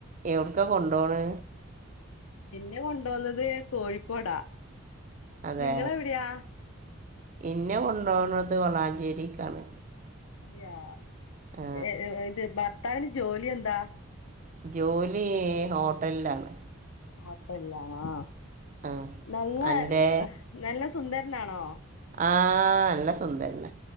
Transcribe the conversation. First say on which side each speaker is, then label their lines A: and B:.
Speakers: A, on the right; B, on the left.
A: എവ്ട്ക്ക കൊണ്ടോണ്?
B: ഇന്നെ കൊണ്ടന്നത് കോഴിക്കോടാ.
A: അതെ
B: നിങ്ങളെവിടെയാ
A: ഇന്നെ കൊണ്ടോണത് വളാഞ്ചേരിക്കാണ്.
B: അതെയാ
A: ആ,
B: ഏ ഇത് ഭർത്താവിന് ജോലി എന്താ?
A: ജോലി ഹോട്ടലിലാണ്.
B: ഹോട്ടലിലാണോ
A: ആ
B: നല്ല
A: എൻ്റെ
B: നല്ല സുന്ദരനാണോ?
A: ആഹ് നല്ല സുന്ദരന.